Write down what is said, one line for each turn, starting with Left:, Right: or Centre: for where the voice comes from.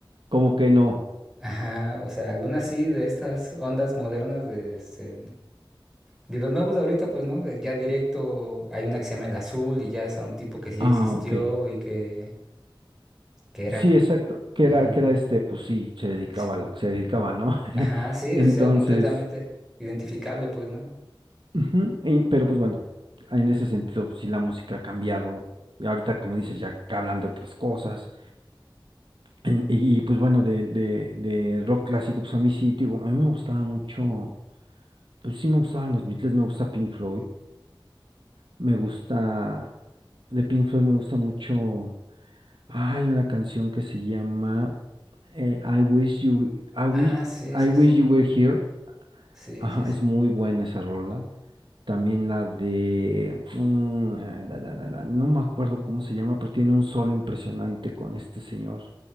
Right: Como que no.
Centre: Ajá, o sea, algunas sí de estas ondas modernas de este, De los nuevos de ahorita, pues, ¿no? De- Ya directo hay una que se llama El Azul y ya es a un tipo que sí
Right: Ah,
Centre: existió
Right: ok.
Centre: y que, que era...
Right: Sí, exacto, que
Centre: ujú.
Right: era, que era este, pues sí, se dedicaba
Centre: pues,
Right: a lo que se dedicaba, ¿no? <laughs>
Centre: Ajá, sí,
Right: Entonces,
Centre: o sea, completamente identificable, pues, ¿no?
Right: ujú, y- pero pues bueno, en ese sentido, pues, sí la música ha cambiado, y ahorita como dices, ya que hablan de otras cosas, en- y, y, pues bueno, de, de, de rock clásico, pues a mí sí, digo, a mí me gustaba mucho, pues sí me gustaban los Beatles, me gusta Pink Floyd, me gusta, de Pink Floyd me gusta mucho Hay una canción que se llama eh, I Wish You, I Wish,
Centre: Ah, sí,
Right: I
Centre: sí,
Right: Wish
Centre: sí.
Right: You Were Here.
Centre: Ua, sí,
Right: Ajá,
Centre: sí, sí.
Right: es muy buena esa rola. También la de, mm, ah, la- la- la- la, no me acuerdo cómo se llama, pero tiene un solo impresionante con este señor.